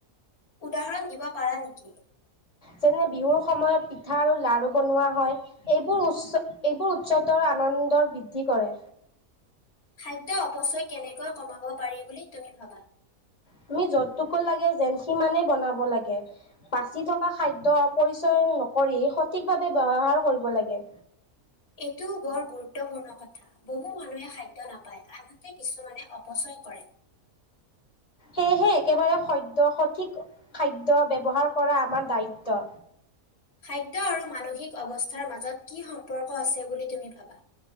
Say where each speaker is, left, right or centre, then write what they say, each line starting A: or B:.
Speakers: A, on the left; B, on the left.
A: উদাহৰণ দিব পাৰা নেকি?
B: যেনে বিহুৰ সময়ত পিঠা আৰু লাৰু বনোৱা হয়। এইবোৰ উচ্চ, এইবোৰ উৎচৱ <unintelligible> আনন্দৰ বৃদ্ধি কৰে।
A: খাদ্য অপচয় কেনেকৈ কমাব পাৰি বুলি তুমি ভাবা?
B: তুমি য'তটোকো লাগে যেন সিমানে বনাব লাগে। বাচি থকা খাদ্য অপৰিচয় নকৰি সঠিকভাৱে ব্যৱহাৰ কৰিব লাগে।
A: এইটো বৰ গুৰুত্বপূৰ্ণ কথা। বহু মানুহে খাদ্য নাপায়, আনহাতে কিছুমানে অপচয় কৰে।
B: সেয়েহে একেবাৰে সদ্য, সঠিক খাদ্য ব্যৱহাৰ কৰা আমাৰ দায়িত্ব।
A: খাদ্য আৰু মানসিক অৱস্থাৰ মাজত কি সম্পৰ্ক আছে বুলি তুমি ভাবা?